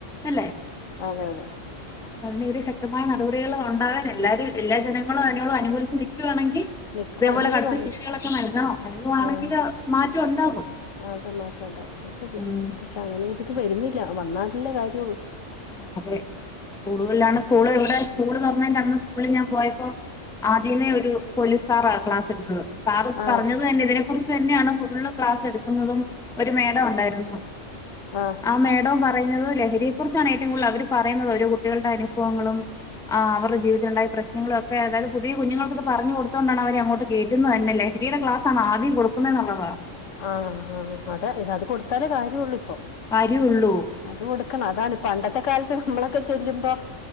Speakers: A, in the centre; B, on the left.
A: അല്ലേ?
B: അതെ അതെ
A: അതിനെതിരെ ശക്തമായ നടപടികൾ വേ ഉണ്ടാവാൻ എല്ലാരും എല്ലാ ജനങ്ങളും അതിനോട് അനുകൂലച്ച് നിൽക്കുയാണെങ്കിൽ
B: നിക്കുവാണെങ്കി
A: ഇതേപോലെ കടുത്ത
B: നല്ല
A: ശിശകളൊക്കെ നൽകണംനൽകുവാണെങ്കില്
B: ആഹ്
A: മാറ്റം ഉണ്ടാകും.
B: അതെ മാറ്റം ഉണ്ടാവും. അ ശരിയാ,
A: ഉം
B: പക്ഷെ അങ്ങനെരിത് വരുന്നില്ല വന്നാലല്ലേ കാര്യള്ളു.
A: ആ അതെ കൂടുതലാണ് സ്കൂള് ഇവിടെ സ്കൂള് തൊർണേന്റെ ന്ന് സ്കൂള ഞാൻ പോയപ്പോ ആദ്യമേ ഒരു പോലീസ് സാറാ ക്ലാസ് എടുത്തത് സാർ
B: ആഹ്
A: പറഞ്ഞത് തന്നെ ഇതിനെ കുറിച്ച് ഇതന്നെ ഫുള്ള് ക്ലാസെടുക്കുന്നതും ഒരു മേഡംഉണ്ടായിരുന്നു.
B: ആഹ്
A: ആ മേഡം പറയുന്നത് ലഹരിയെ കുറിച്ചാണ് ഏറ്റവും കൂടുതൽ അവര് പറയുന്നത് ഓരോ കുട്ടികളുടെ അനുഭവങ്ങളും ആ അവരുടെ ജീവിതത്തിലുണ്ടായ പ്രശ്നങ്ങളൊക്കെ അതായത് പുതിയ കുഞ്ഞങ്ങൾക്കത് പറഞ്ഞഞ് കൊടുക്കു അതൊണ്ടാണ് അവര് അങ്ങോട്ട് കേയറ്റുന്നത്തന്നെ ലഹരിയുടെ ക്ലാസ്സാണ് ആദ്യം കൊടുക്കുന്നത് എന്നൊക്കെ പറഞ്ഞ്
B: ആഹ ആ അതേഅത് കൊടുത്താലേ കാര്യംള്ളൂ ഇപ്പൊ
A: ആഹ് വരുള്ളൂ
B: അത് കൊടു അതാണ് ഇപ്പ പണ്ടത്തെ കാലത്ത് നമ്മളൊക്കെ ചെല്ലുമ്പോൾ